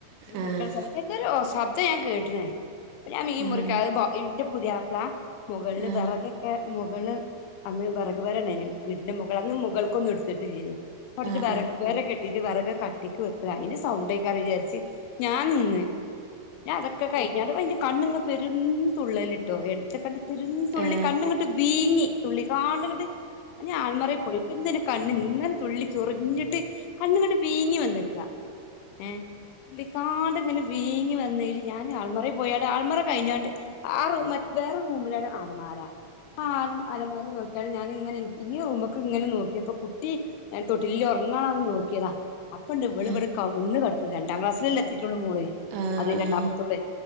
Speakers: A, on the left; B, on the right.
A: മീൻ
B: ആഹ്
A: മുറിക്കുന്ന സമയത്ത് എന്തൊരു ശബ്ദം ഞാൻ കേട്ടിന്. അപ്പൊ ഞാൻ മീൻ
B: ആഹ്
A: മുറിക്കാ ഇന്റെ പുതിയാപ്പ്ള മുകളില്
B: ആഹ്
A: വെറക് മുകൾ, അന്ന് വിറക് വാരണേനു വീടിന്റെ മുകൾ അന്ന്, മുകൾക്കൊന്നും എടുത്തിട്ടില്ലേനു കുറച്ച്
B: ആഹ് ആഹ് ആഹ് ആഹ് ആഹ് ആഹ് ആഹ്
A: വെറക് ഇങ്ങനെ കെട്ടി ട്ട്. വെറക് കട്ടിക്ക് വെക്കുക. അതിന്റെ സൗണ്ട് കേൾക്കുകാന്ന് വിചാരിച്ച് ഞാൻ നിന്ന് പിന്നെ അതൊക്കെ കഴിഞ്ഞാണ്ട് അപ്പോ കണ്ണിന്ന് പെരും തുള്ളലി ട്ടോ ഇടത്തെ കണ്ണ് പെരും തുള്ളി
B: ആഹ് ആഹ്
A: കണ്ണ് ഇങ്ങട്ട് വീങ്ങി തുള്ളി കാണ്ട്ങ്ങട്ട് ഞാൻ അലമാറയിൽ പോയി എന്തെൻ്റെ കണ്ണ് ഇങ്ങനെ തുള്ളി ചൊറിഞ്ഞിട്ട് കണ്ണ് ഇങ്ങട്ട് വീങ്ങി വന്നക്കാ ഏഹ് പിന്നെ കാണ്ട് ഇങ്ങനെ വീങ്ങി വന്നേല് ഞാൻ അലമാറയിൽ പോയാണ്ട് അലമാര കഴിഞ്ഞാണ്ട് ആ റൂം മറ്റെ വേറെ റൂമിലാണ് അലമാര ആഹ് അലമാര നോക്കിയാല് ഞാൻ ഇങ്ങനെ ഈ റൂമ്ക്ക് ഇങ്ങനെ നോക്കിയെപ്പൊ കുട്ടി ഞാൻ തൊട്ടിലിൽ ഉറങ്ങാണൊ നോക്കിയതാ അപ്പൊണ്ട്
B: ആഹ്
A: ഇവള് ഇവിടെ കമഴ്ന്ന് കിടക്കുന്നു രണ്ടാം ക്ലാസിലല്ലെ എത്തിയിട്ടുള്ളൂ മോള്
B: ആഹ് ആഹ് ആഹ് ആഹ് ആഹ് ആഹ്
A: അത് രണ്ടാമത്തോള്
B: ആഹ് ആഹ് ആഹ്